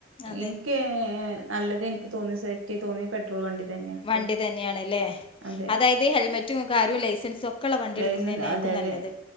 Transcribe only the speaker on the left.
അതെ
വണ്ടി തന്നെയാണ്ല്ലേ
അതായത് ഹെൽമെറ്റും കാര്യവും ലൈസൻസും ഒക്കെ ഇള്ള വണ്ടിയെടുക്കുന്ന
തന്നെ ആയിരിക്കും
നല്ലത്